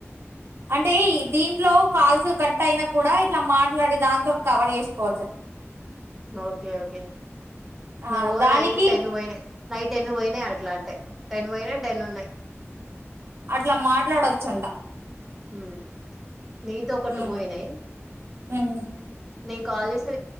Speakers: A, on the right; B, in the centre.
A: అంటే దీంట్లో కాల్స్ కట్ అయినా కూడా ఇట్లా మాట్లాడి దాంతో కవర్ చేసుకోవచ్చు
B: ఓకే ఓకే
A: ఆ
B: నువ్వు
A: దానికి
B: నైట్ టెన్ పోయినాయి నైట్ టెన్న పోయినాయి అట్లా అంటే టెన్ పోయినా టెన్ ఉన్నాయి
A: అట్లా మాట్లాడొచ్చంట
B: ఉ నీతో ఒక
A: ఉమ్
B: టు అయినాయి
A: ఉమ్
B: నేను కాల్ చేసి